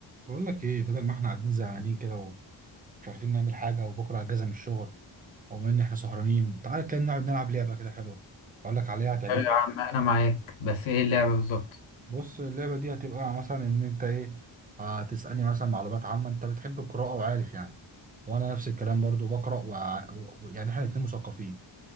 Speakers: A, on the right; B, on the left.
A: بقول لك ايه بدل ما احنا قاعدين زهقانين كده ومش عارفين نعمل حاجه وبكره اجازه من الشغل وبما ان احنا سهرانين تعالى كده نقعد نلعب لعبه كده حلوه اقول لك عليها هتعجبك
B: حلو يا عم انا معاك بس ايه اللعبة بالظبط
A: بص اللعبه دي هتبقى مثلا ان انت ايه هتسالني مثلا معلومات عامه انت بتحب القراءه وعارف يعني وانا نفس الكلام برضو بقرا وع- و... يعني احنا الاتنين مثقفين